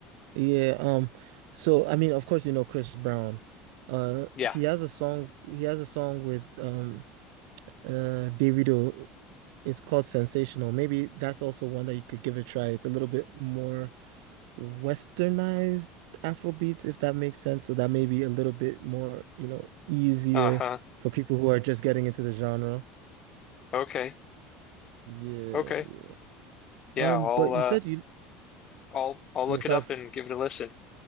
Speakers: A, on the right; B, on the left.
A: Yeah, um, so I mean, of course, you know Chris Brown. Uh,
B: Yeah.
A: he has a song. He has a song with um, uh, Davido. It's called Sensational. Maybe that's also one that you could give a try. It's a little bit more westernized Afrobeats, if that makes sense. So that may be a little bit more, you know, easier
B: Uh-huh.
A: for people who are just getting into the genre.
B: Okay.
A: Yeah,
B: Okay.
A: yeah.
B: Yeah,
A: Um,
B: I'll
A: but
B: uh
A: you said you,
B: I'll I'll look
A: yeah, sorry.
B: it up and give it a listen.